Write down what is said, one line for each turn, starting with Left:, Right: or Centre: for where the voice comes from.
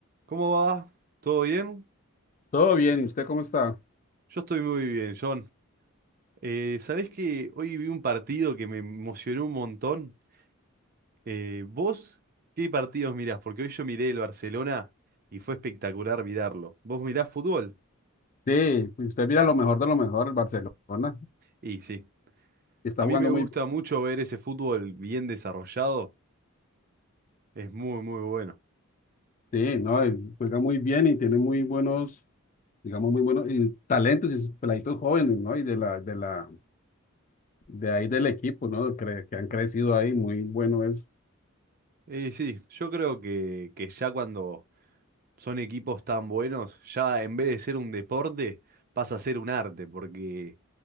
Right: ¿Cómo va? ¿Todo bien?
Left: Todo bien, ¿y usted cómo está?
Right: Yo estoy muy bien, John. Eh, ¿sabés que hoy vi un partido que me emocionó un montón? Eh, ¿vos qué partidos mirás? Porque hoy yo miré el Barcelona y fue espectacular mirarlo. ¿Vos mirás fútbol?
Left: Sí, pues usted mira lo mejor de lo mejor, el Barcelona,
Right: Y sí,
Left: está
Right: a
Left: jugando
Right: mí me gusta
Left: muy bien,
Right: mucho ver ese fútbol bien desarrollado. Es muy, muy bueno.
Left: sí, ¿no? Y Juega muy bien y tiene muy buenos, digamos, muy buenos y talentos y sus peladitos jóvenes, ¿no? Y de la, de la, de ahí del equipo, ¿no? Cre- que han crecido ahí, muy bueno es.
Right: Y sí, yo creo que, que ya cuando son equipos tan buenos, ya en vez de ser un deporte, pasa a ser un arte, porque